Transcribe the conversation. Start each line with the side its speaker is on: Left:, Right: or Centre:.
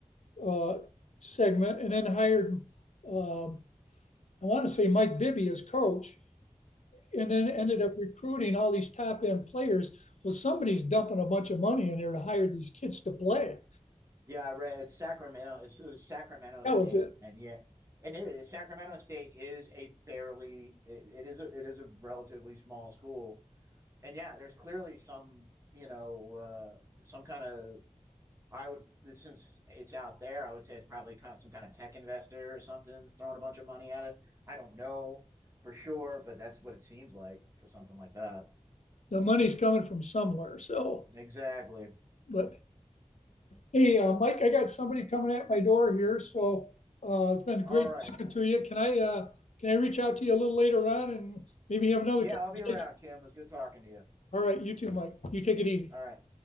Left: uh, segment, and then hired, uh, I want to say Mike Bibby as coach, and then ended up recruiting all these top end players. Well, somebody's dumping a bunch of money in there to hire these kids to play.
Right: Yeah, I read it's Sacramento. It's, it was Sacramento
Left: That
Right: State,
Left: was it.
Right: and yeah, and it is, Sacramento State is a fairly it, it is a, it is a relatively small school, and yeah, there's clearly some you know uh, some kind of I would since it's out there, I would say it's probably kind of some kind of tech investor or something's throwing a bunch of money at it. I don't know for sure, but that's what it seems like for something like that.
Left: The money's coming from somewhere. So,
Right: Exactly.
Left: but hey, uh, Mike, I got somebody coming at my door here. So uh, it's been great
Right: All right.
Left: talking to you. Can I uh, can I reach out to you a little later on and maybe have another
Right: Yeah,
Left: conversation?
Right: I'll be around, Kim. It was good talking to you.
Left: All right, you too, Mike. You take it easy.
Right: All right.